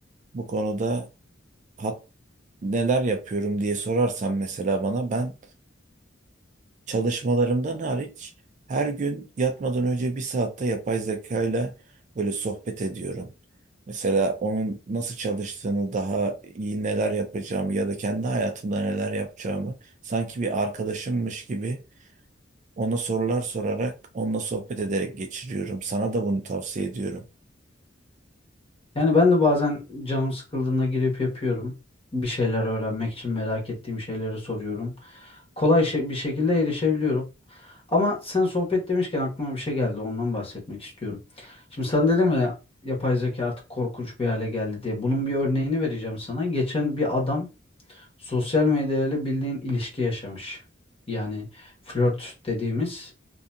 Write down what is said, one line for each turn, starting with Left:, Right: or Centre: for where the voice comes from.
Right: Bu konuda hat neler yapıyorum diye sorarsan mesela bana ben çalışmalarımdan hariç her gün yatmadan önce bir saatte yapay zekayla böyle sohbet ediyorum. Mesela onun nasıl çalıştığını daha iyi neler yapacağımı ya da kendi hayatımda neler yapacağımı sanki bir arkadaşımmış gibi ona sorular sorarak onunla sohbet ederek geçiriyorum. Sana da bunu tavsiye ediyorum.
Left: Yani ben de bazen canım sıkıldığında girip yapıyorum. Bir şeyler öğrenmek için merak ettiğim şeyleri soruyorum. Kolay şey, bir şekilde erişebiliyorum. Ama sen sohbet demişken aklıma bir şey geldi. Ondan bahsetmek istiyorum. Şimdi sen dedim ya yapay zeka artık korkunç bir hale geldi diye. Bunun bir örneğini vereceğim sana. Geçen bir adam sosyal medyayla bildiğin ilişki yaşamış. Yani flört dediğimiz